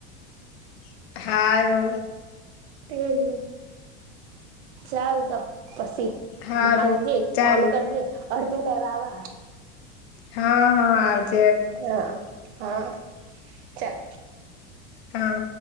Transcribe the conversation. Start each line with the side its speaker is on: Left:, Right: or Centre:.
Left: હ
Right: તે જને ચાલ તો પછી
Left: હારું
Right: આવજે
Left: ચાલ
Right: ફોન કરજે અડધે લેવાવા
Left: હા હા આવજ
Right: હા હા ચાલ
Left: હા